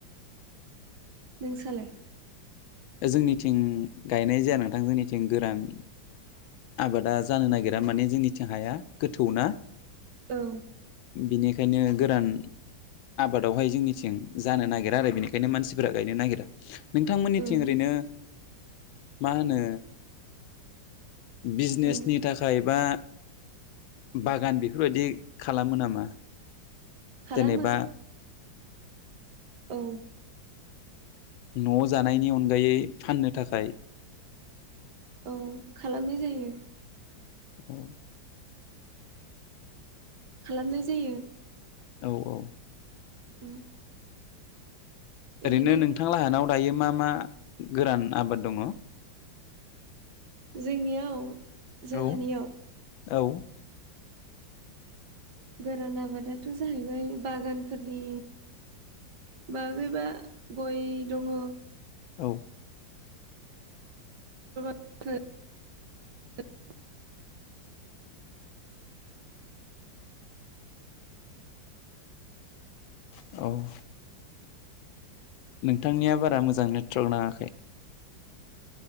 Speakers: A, on the right (about 60°); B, on the left (about 85°).
A: नों सालाय?
B: जोंनिथिं गायनाय जाया नोंथां जोंनिथिं गोरान आबादा जानो नागिरा माने जोंनिथिं हाया गोथौना
A: औ
B: बिनिखायनो गोरान आबादावहाय जोंनिथिं जानो नागिरा आरो बेनिखायनो मानसिफोरा गायनो नागिरा नोंथां
A: उम
B: थिं ओरैनो मा होनो बिजनेसनि
A: उम
B: थाखाय बा बागान बेफोरबायदि खालामो नामा
A: खालामो
B: जेनेबा
A: औ
B: न जानायनि अनगायै फाननो थाखाय
A: औ खालामनाय जायो
B: औ
A: खालामनाय जायो
B: औ औ
A: <inaudible> बिदिनो
B: ओरैनो नोंथां लाहानाव दायो मा मा गोरान आबाद दंङ
A: जोंनियाव जोंहानियाव
B: औ औ
A: गोरान आबादाथ जाहैबाय बागानफोरनि बागैबा गय दंङ
B: औ
A: <inaudible>
B: <unintelligible> औ नोंथांनिया बारा मोजां नेट्रक नांङाखै